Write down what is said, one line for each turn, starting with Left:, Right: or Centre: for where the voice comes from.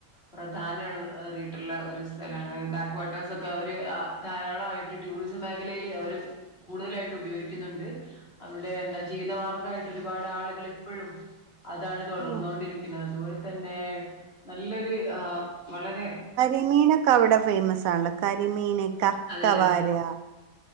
Left: പ്രധാനല്ലാ റീട്ടുള്ള ഒരു സ്ഥലാണ് ബാക്ക് വാട്ടേഴസ് ഒക്കെ അവര് ധാരാളമായിട്ട് ടൂറിസം മേഖലയില് അവര് കൂടുതലായിട്ട് ഉപയോഗിക്കുന്നുണ്ട് അവരുടെ എന്താ ജീതമാർഗ്ഗായി ഒരുപാട് ആളുകൾ ഇപ്പൊഴും അതാണ് തുടർന്നൊണ്ടിരിക്കുന്നത്
Right: ആ
Left: അതുപോലെ തന്നെ നല്ലൊര് ആഹ് വളരെ
Right: ഈ മീനൊക്കെ അവിടെ ഫേമസ് ആണല്ലോ കരിമീന് കക്കവാരാ
Left: അതെ അതെ